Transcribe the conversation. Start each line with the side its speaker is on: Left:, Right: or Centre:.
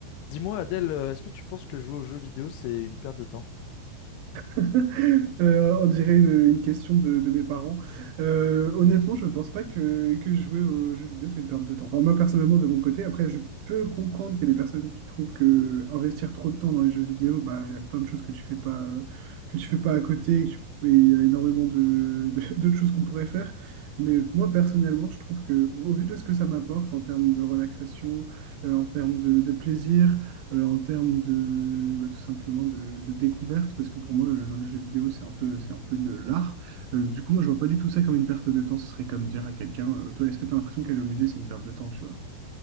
Left: Dis-moi, Adèle, euh, est-ce que tu penses que jouer aux jeux vidéo, c'est une perte de temps?
Right: <laughs> Euh, on dirait une, une question de, de mes parents. Euh, honnêtement, je ne pense pas que, que jouer aux jeux vidéo, c'est une perte de temps. Enfin, moi, personnellement, de mon côté, après, je peux comprendre qu'il y a des personnes qui trouvent que investir trop de temps dans les jeux vidéo, bah, il y a plein de choses que tu fais pas, que tu fais pas à côté, et que tu- et il y a énormément de, de- <laughs> d'autres choses qu'on pourrait faire. Mais moi, personnellement, je trouve que, au vu de ce que ça m'apporte en termes de relaxation, euh, en termes de, de plaisir, euh, en termes de bah, tout simplement de, de découverte, parce que pour moi, le, le jeu vidéo, c'est un peu, c'est un peu de l'art. Euh, du coup, moi, je vois pas du tout ça comme une perte de temps. Ce serait comme dire à quelqu'un, euh, toi, est-ce que tu as l'impression qu'aller au musée, c'est une perte de temps, tu vois?